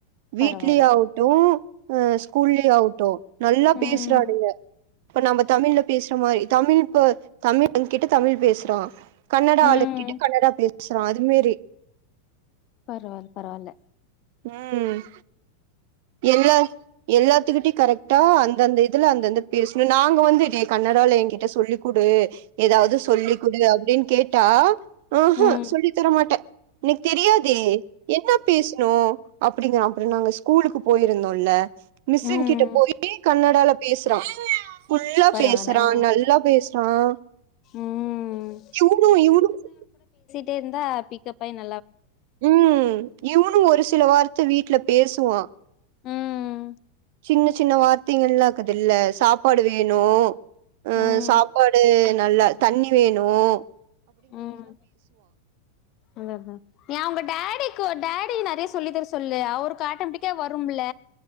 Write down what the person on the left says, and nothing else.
பரவால்ல
ம்
ம்
பரவாயில்ல பரவாயில்ல
ம்
ம்
பரவால்ல
அ
ம்
டேந்தா பிக்ப் பைனு
உம்
ம்
உம் அதா அதான் ஏன் உங்க டேடி டடி நிறய சொல்லி தர சொல்லு அவருக்கு ஆட்டோமெட்டிக்கா வரும்ல